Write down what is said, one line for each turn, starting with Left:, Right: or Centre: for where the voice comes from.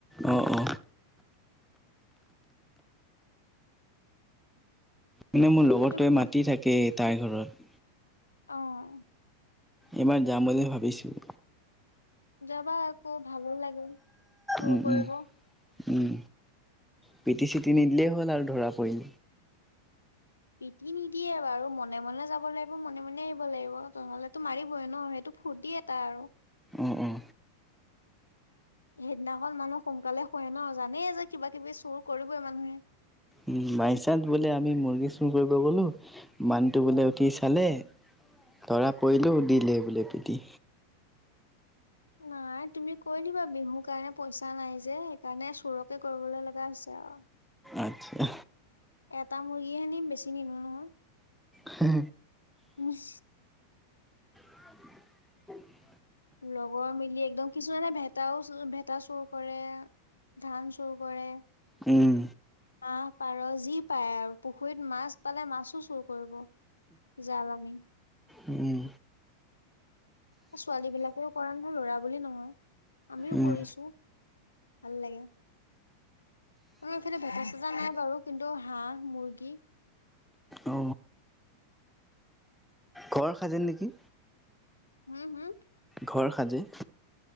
Centre: অ অ। মানে মোৰ লগৰতোৱে
Left: সেইটো কিবা
Centre: মাতি থাকে তাইৰ ঘৰত।
Left: অ'হ।
Centre: এইবাৰ যাম বুলি ভাবিছো।
Left: যাবা আকৌ ভালো লাগে চুৰ
Centre: উম,
Left: কৰিব।
Centre: উম, উম পিটি চিটি নিদিলেই হ'ল আৰু ধৰা পৰিল।
Left: পিটি নিদিয়ে বাৰু মনে মনে যাব লাগিব মনে মনে আহিব লাগিব নহলেতো মাৰিবই ন সেইটো। ফূৰ্তি এটা আৰু।
Centre: অহ অহ
Left: সেইদিনাখন মানুহ সোনকালে শুৱে ন জানেই যে কিবা কিবি চুৰ কৰিবই মানুহে।
Centre: উ বাই চানঞ্চ বোলে আমি মুৰ্গী চুৰ কৰিব গলো মানুহটো বোলে উঠি চালে। ধৰা পৰিলো দিলে বোলে পিতি।
Left: নাই তুমি কৈ দিবা বিহুৰ কাৰণে পইচা নাই যে সেইকাৰণে চোৰকে কৰিবলৈ লগা হৈছে আও।
Centre: আচ্ছা।
Left: এটা মুৰ্গী হে নিম, বেছি নিনো নহয়।
Centre: হে।
Left: উম'।
Centre: <unintelligible>
Left: লগৰ মিলি একদম কিছু এনে ভেটাও, ভেটা চুৰ কৰে। ধান চুৰ কৰে।
Centre: উম।
Left: হাহ, পাৰ যি পায় আৰু পুখুৰীত মাছ পালে, মাছো চুৰ কৰিব। জাল আনি।
Centre: উ'ম।
Left: ছোৱালী বিলাকেও কৰে নহয়, ল'ৰা বুলি নহয়। আমিও
Centre: উম
Left: কৰিছোঁ। ভাল লাগে। আমাৰ এইফালে ভেকা চেজা নাই বাৰু কিন্তু হাঁহ, মুৰ্গী।
Centre: অ ঘৰ সাজে নেকি?
Left: হুম, হুম।
Centre: ঘৰ সাজে।